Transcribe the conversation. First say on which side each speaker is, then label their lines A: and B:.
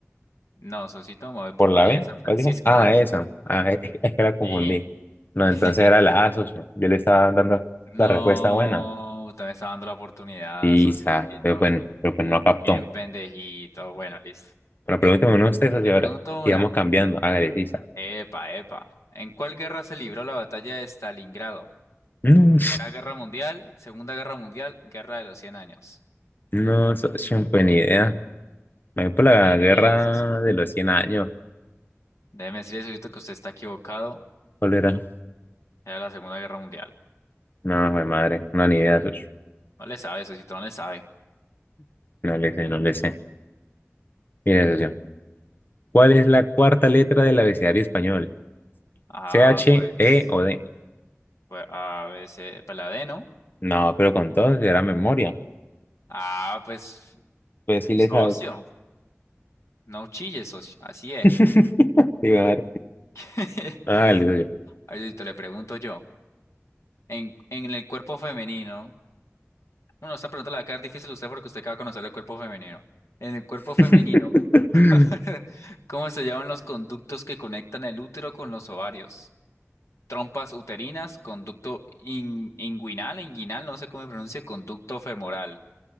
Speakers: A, on the left (about 85°); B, on the left (about 45°).
A: No, socito, me voy por
B: por la
A: Bahía
B: B,
A: de San Francisco,
B: ¿cuál dijo? Ah,
A: dije.
B: esa. Ah, <laughs> es, es que la confundí.
A: Sí.
B: No,
A: <laughs>
B: entonces era la A, socio. Yo le estaba dando
A: No,
B: la respuesta buena.
A: usted me está dando la oportunidad,
B: Sí,
A: socito.
B: sa, pero bueno, pero pues no captó.
A: Bien pendejito. Bueno, listo.
B: Bueno, pregúnteme
A: <laughs>
B: uno usted, socio,
A: Le pregunto
B: ahora. Y
A: una.
B: vamos cambiando. Hágale, sí, sa.
A: Epa, epa. ¿En cuál guerra se libró la batalla de Stalingrado?
B: No,
A: Primera Guerra Mundial, Segunda Guerra Mundial, Guerra de los 100 Años.
B: no, socio, pues ni idea. Me voy por
A: Como
B: la
A: que ni
B: guerra
A: idea, socio.
B: de los 100 años.
A: Déjeme decirle, socito, que usted está equivocado.
B: ¿Cuál era?
A: Era la Segunda Guerra Mundial.
B: No, fue madre. No, ni idea, socio.
A: No le sabe, socito, no le sabe.
B: No le sé, no le sé. Mire, socio. ¿Cuál es la cuarta letra del abecedario español?
A: Ah,
B: C H
A: pues,
B: E o D?
A: pues, a veces, pues la D, ¿no?
B: No, pero con todo si era memoria.
A: Ah, pues,
B: Pues sí le
A: socio.
B: sabes.
A: No chille, socio. Así es.
B: <laughs> sí a ah
A: <laughs>
B: Hágale, socio.
A: Ahorita le pregunto yo. En, en el cuerpo femenino. Bueno, esta pregunta la va a quedar difícil a usted porque usted acaba de conocer el cuerpo femenino. En el cuerpo
B: <laughs>
A: femenino, <laughs> ¿cómo se llaman los conductos que conectan el útero con los ovarios? Trompas uterinas, conducto in- inguinal, inguinal, no sé cómo se pronuncia, conducto femoral.